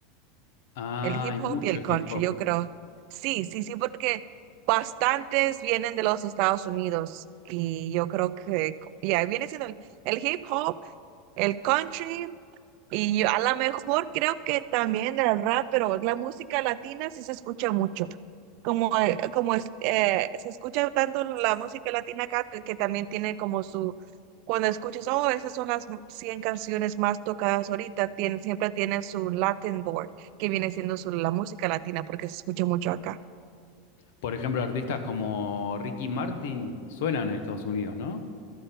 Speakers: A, on the left; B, on the right.
A: Ah,
B: el hip
A: hay mucho
B: hop y el country,
A: hip hop.
B: yo creo. Sí, sí, sí, porque bastantes vienen de los Estados Unidos y yo creo que co- ya viene siendo el, el hip hop, el country y yo, a lo mejor creo que también el rap, pero la música latina sí se escucha mucho. Como, eh, como es- eh, se escucha tanto la música latina acá que, que también tiene como su, cuando escuchas, oh, esas son las 100 canciones más tocadas ahorita, tiene, siempre tiene su Latin board, que viene siendo su, la música latina, porque se escucha mucho acá.
A: Por ejemplo, artistas como Ricky Martin suenan en Estados Unidos, ¿no?